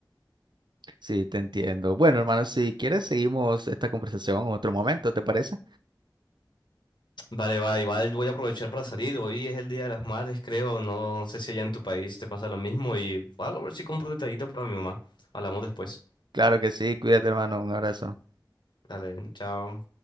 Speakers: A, on the right (about 70°); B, on the left (about 75°).
A: Sí, te entiendo. Bueno, hermano, si quieres, seguimos esta conversación en otro momento, ¿te parece?
B: Vale, va, igual voy a aprovechar para salir. Hoy es el Día de las Madres, creo. No sé si allá en tu país te pasa lo mismo. Y voy a ver si compro un detallito para mi mamá. Hablamos después.
A: Claro que sí. Cuídate, hermano. Un abrazo.
B: Dale, chao.